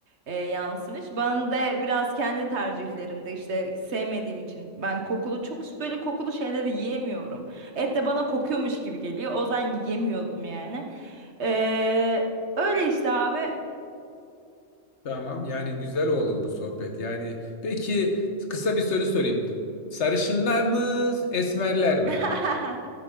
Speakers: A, on the right; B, on the left.
A: e, yansımış. Ben de biraz kendi tercihlerimde işte sevmediğim için. Ben kokulu çok s- böyle kokulu şeyleri yiyemiyorum. Et de bana kokuyormuş gibi geliyor. O yüzden yiyemiyordum yani. Ee, öyle işte abi.
B: Tamam yani güzel oldu bu sohbet. Yani peki kısa bir soru sorayım. Sarışınlar mı, esmerler mi?
A: <laughs>